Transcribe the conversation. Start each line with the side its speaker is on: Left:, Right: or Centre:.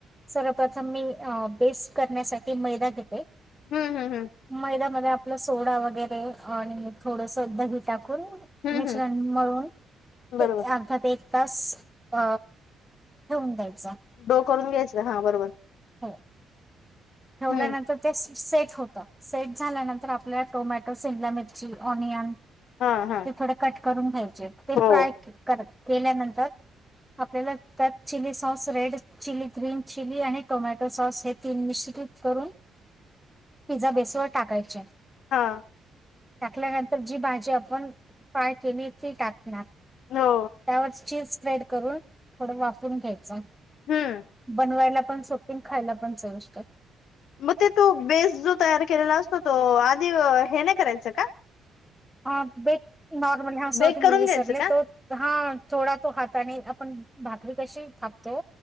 Centre: सर्वप्रथम मी अ बेस करण्यासाठी मैदा घेते.
Left: हम्म हम्म हम्म
Centre: मैद्यामध्ये आपलं सोडा वगैरे आणि थोडसं दही टाक वरुन
Left: हम्म
Centre: मिश्रण
Left: हम्म
Centre: मळून ते
Left: बरोबर
Centre: अर्धा तेक तास अ होऊन जाईल
Left: डो करून घ्यायचं हा बरोबर
Centre: हो ठेवल्यानंतर
Left: हम्म
Centre: ते सेट होतं सेट झाल्यानंतर आपल्या टोमॅटो शिमला मिर्ची ओनियन ओनियान
Left: हा हा
Centre: ते थोडं कट करून घ्यायचे ते
Left: हो
Centre: फ्राय कर केल्यानंतर आपल्याला त्यात chilli sauce red chilli green chilli आणि टोमॅटो सॉस हे तीन निश्चितच करून पिझ्झा बेसवर टाकायचे
Left: हा
Centre: टाकल्यानंतर जी भाजी आपण फ्राय केली ती टाकणार त्यावर
Left: हो
Centre: चीज स्प्रेड करून थोड वाफवून घ्यायचं
Left: हम्म
Centre: बनवायला पण सोपे अन खायला पण चविष्ट
Left: मगते तो बेस जो तयार केलेला असतो तो आधी हे नाही करायच का
Centre: ह ब नॉर्मल हा सॉरी
Left: बेक करून
Centre: मी विसरले
Left: घ्यायचं का
Centre: त हा थोडा तो ह त्याने आपण भाकरी कशी थापतो